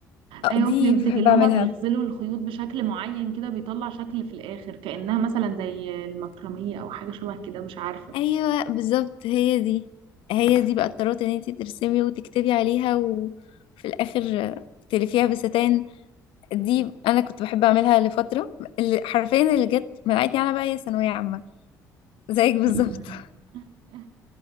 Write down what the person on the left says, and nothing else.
أه،
دي
بحب
اعملها
ايوه بالظبط هي دي هي دي بقى الطرات ان انتي ترسمي وتكتبي عليها وفي الاخر تلفيها بستان دي انا كنت بحب اعملها لفتره اللي حرفيا اللي جت منعتني انا بقى هي ثانويه عامه زيك بالظبط
<laughs>